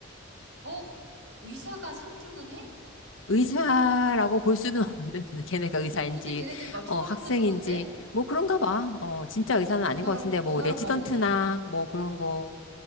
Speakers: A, on the right; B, on the left.
A: 어, 의사가 상주는 해?
B: 의사라고 볼 수는 없는데 <laughs> 걔네가 의사인지
A: 근데 걔네들 막 처방전
B: 어 학생인지
A: 써도 돼?
B: 뭐 그런가 봐. 어 진짜
A: 어,
B: 의사는 아닌
A: 그 나라,
B: 것 같은데 뭐
A: 그 나라
B: 레지던트나
A: 법은 또 그런가?
B: 뭐 그런 거.